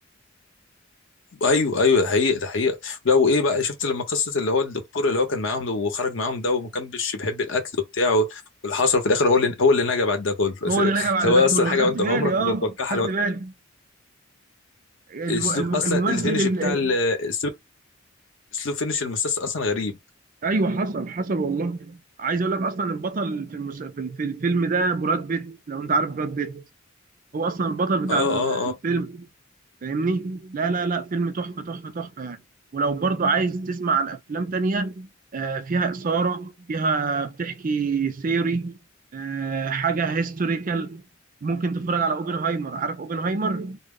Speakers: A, on the left; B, on the right.
A: ايوه ايوه ده حقيقه ده حقيقه لو ايه بقى شفت لما قصه اللي هو الدكتور اللي هو كان معاهم ده وخرج معاهم ده وما كانش بيحب القتل وبتاع واللي حصل في الاخر هو اللي هو اللي نجا بعد ده كله <laughs> بس
B: هو
A: اللي
B: اللي لقى بعد
A: هو
B: ده كله
A: اصلا حاجه
B: خدت
A: وانت
B: بالي
A: عمرك
B: اه
A: ما تتوقعها
B: خدت
A: لو
B: بالي الم-
A: اسلوب
B: الم-
A: اصلا
B: الممثل
A: الفينش
B: ال-
A: بتاع ال- اسلوب اسلوب فينش المسلسل اصلا غريب
B: ايوه حصل حصل والله عايز اقول لك اصلا البطل في المس... في ال- في الفيلم ده براد بيت لو انت عارف براد بيت هو اصلا البطل بتاع
A: اه
B: ال-
A: اه اه
B: الفيلم فاهمني لا لا لا فيلم تحفه تحفه تحفه يعني ولو برضو عايز تسمع عن افلام تانية آه، فيها اثاره فيها بتحكي ثيوري آه، حاجه هيستوريكال ممكن تتفرج على اوبنهايمر عارف اوبنهايمر